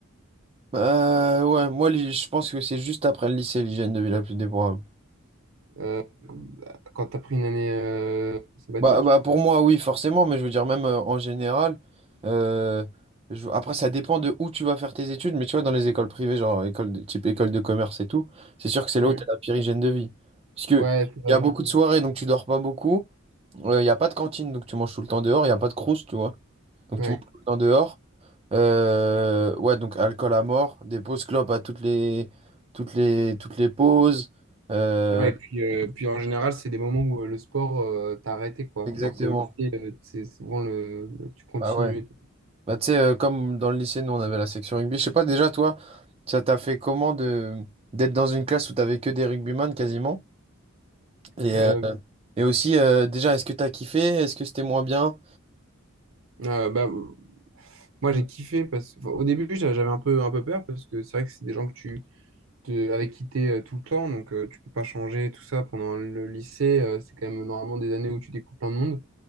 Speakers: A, on the right; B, on the right.
A: Euh, ouais, moi, l'hy- je pense que c'est juste après le lycée, l'hygiène de vie la plus déplorable.
B: Euh, quand t'as pris une année euh, sabbatique.
A: Bah, bah, pour moi, oui, forcément, mais je veux dire, même euh, en général, euh, je- après, ça dépend de où tu vas faire tes études, mais tu vois, dans les écoles privées, genre école de- type école de commerce et tout, c'est sûr que c'est là
B: Ouais,
A: où tu as la pire hygiène de vie. Parce que
B: ouais, c'est vrai.
A: il y a beaucoup de soirées, donc tu dors pas beaucoup, euh, il n'y a pas de cantine, donc tu manges tout le temps dehors, il n'y a pas de croust, tu vois, donc
B: Ouais.
A: tu manges tout le temps dehors. Euh, ouais, donc alcool à mort, des pauses clopes à toutes les, toutes les, toutes les pauses. euh,
B: Ouais, et puis, euh, puis en général, c'est des moments où euh, le sport, euh, t'as arrêté, quoi.
A: exactement.
B: Alors qu'au lycée, euh, c'est souvent le, le- tu continues.
A: Bah ouais.
B: et tout.
A: Bah, tu sais, euh, comme dans le lycée, nous, on avait la section rugby. Je sais pas, déjà, toi, ça t'a fait comment de d'être dans une classe où t'avais que des rugbyman quasiment? Et,
B: Euh,
A: euh, et aussi, euh, déjà, est-ce que t'as kiffé? Est-ce que c'était moins bien?
B: euh, bah, euh, moi, j'ai kiffé parce que, enfin, au début, j'a- j'avais un peu, un peu peur parce que c'est vrai que c'est des gens que tu, te- avec qui t'es euh, tout le temps, donc euh, tu peux pas changer tout ça pendant le lycée. euh, c'est quand même normalement des années où tu découvres plein de monde.